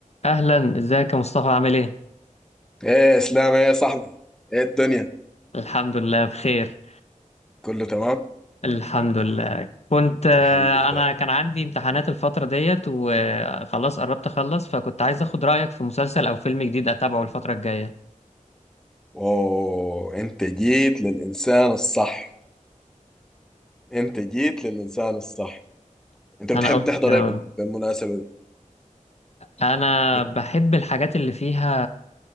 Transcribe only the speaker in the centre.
ايه يا اسلام ايه يا صاحبي ايه الدنيا
كله تمام
الحمد لله
اوه انت جيت للانسان الصح انت جيت للانسان الصح انت بتحب
تحضر
ايه بال- بالمناسبة دي
بت...